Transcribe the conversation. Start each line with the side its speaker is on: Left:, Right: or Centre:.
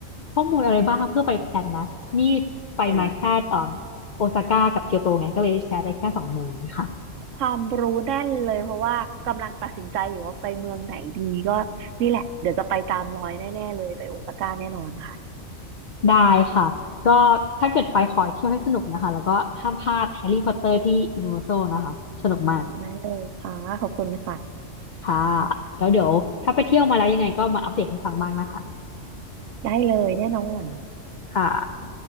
Left: ข้อมูลอะไรบ้างเพื่อไปแพลนนะนี่ไปมาแค่เอ่มโอซาก้ากับเกียวโตไงก็เลยแชร์ได้แค่สองเมืองนี้ค่ะ
Right: โอ้ความรู้แน่นเลยเพราะว่ากำลังตัดสินใจอยู่ว่าไปเมืองไหนดีก็นี่แหละเดี๋ยวจะไปตามรอยแน่ๆเลยไปโอซาก้าแน่นอนค่ะ
Left: ได้ค่ะก็ถ้าเกิดไปขอให้เที่ยวให้สนุกนะคะแล้วก็ห้ามพลาดแฮร์รี่พอตเตอร์ที่ยูนิเวอร์แซลนะคะสนุกมาก
Right: ได้เลยค่ะขอบคุณค่ะ
Left: ค่ะแล้วเดี๋ยวถ้าไปเที่ยวมาแล้วยังไงก็มาอัปเดตให้ฟังบ้างนะคะ
Right: ได้เลยแน่นอน
Left: ค่ะ